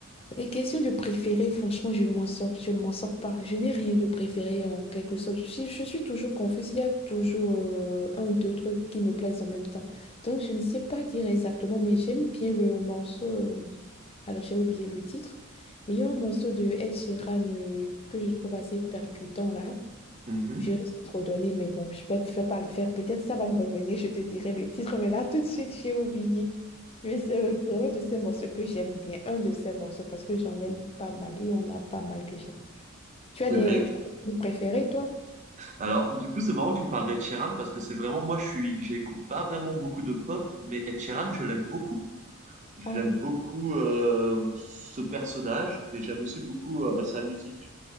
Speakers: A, on the left; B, on the right.
A: Les questions de préféré, franchement, je ne m'en sors, je ne m'en sors pas. Je n'ai rien de préféré en quelque sorte. Si je suis toujours confuse, il y a toujours euh, un, deux trucs qui me plaisent en même temps. Donc, je ne sais pas dire exactement, mais j'aime bien le morceau. euh, alors, j'ai oublié le titre, mais il y a un morceau de Ed Sheeran euh, que je trouve assez percutant là.
B: Mhm.
A: Je risque de trop donner, mais bon, je ne peux je peux pas le faire. Peut-être ça va me revenir, je te dirai le titre, mais là, tout de suite, j'ai oublié. Mais c'est un de ces morceaux que j'aime bien, un de ces morceaux, parce que j'en aime pas mal et on a pas mal que j'aime. Tu as des,
B: Eh ben,
A: tu as des groupes préférés, toi?
B: alors, du coup, c'est marrant que tu me parles d'Ed Sheeran parce que c'est vraiment, moi, je suis, j'écoute pas vraiment beaucoup de pop, mais Ed Sheeran, je l'aime beaucoup. J'aime
A: Ah,
B: beaucoup euh, ce personnage, mais j'aime aussi beaucoup euh, sa musique.